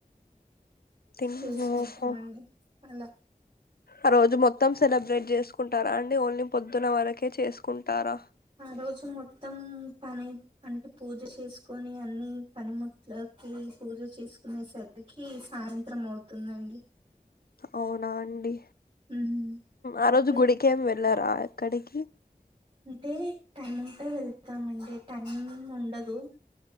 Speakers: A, on the left; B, on the right.
A: తిని
B: చేసుకుంటామండి
A: ఓహో
B: అలా
A: ఆరోజు మొత్తం సెలబ్రేట్ చేసుకుంటారా అండి ఓన్లీ పొద్దున్న వరకే చేసుకుంటారా
B: ఆ రోజు మొత్తం పని అంటే పూజ చేసుకొని అన్ని పనిముట్ల కి పూజ చేసుకునే సరికి సాయంత్రం అవుతుందండి
A: అవునా అండి
B: ఉమ్,
A: ఆరోజు
B: మీ
A: గుడికేం వెళ్ళరా ఎక్కడికి
B: అంటే టైం ఉంటే వెళ్తామండి టైం ఉండదు